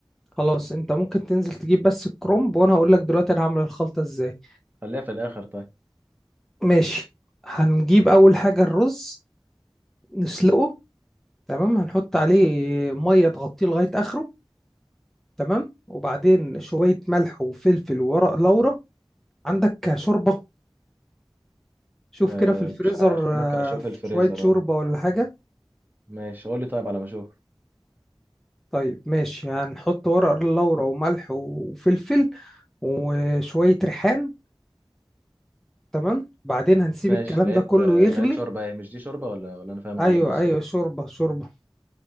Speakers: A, in the centre; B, on the right.
A: خلاص انت ممكن تنزل تجيب بس الكرنب وانا هقول لك دلوقتي انا هعمل الخلطة ازاي
B: خليها في الاخر طيب
A: ماشي هنجيب اول حاجة الرز نسلقه تمام هنحط عليه مية تغطيه لغاية اخره تمام وبعدين شوية ملح وفلفل وورق لورا عندك شوربة شوف
B: أه
A: كده في الفريزر
B: مش عارف ممكن
A: آه،
B: اشوف الفريزر
A: شوية شوربة
B: اه
A: ولا حاجة
B: ماشي قول لي طيب على ما اشوف
A: طيب ماشي هنحط ورق لورا وملح وفلفل وشوية ريحان تمام بعدين هنسيب
B: ماشي
A: الكلام
B: لقيت
A: ده كله
B: آه،
A: يغلي
B: لقيت شوربه ايه مش دي شوربه ولا ولا انا فاهم
A: ايوه
B: غلط بص
A: ايوه
B: هنا.
A: شوربة شوربة